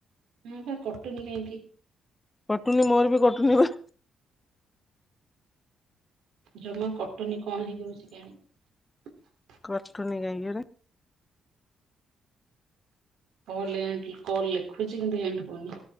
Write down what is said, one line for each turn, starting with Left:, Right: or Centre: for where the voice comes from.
Right: ହଁ ବା କଟୁନି କାହିଁକି?
Left: କଟୁନି ମୋର ବି କଟୁନି ବା।
Right: ଜମା କଟନୀ କଣ ହେଇଯାଉଛି କେଣ?
Left: କଟୁନି କାହିଁକିରେ?
Right: କଲ ଏଣ୍ଡ କଲ ଲେଖୁଛି କଲ୍ ଏଣ୍ଡ ହଉନି।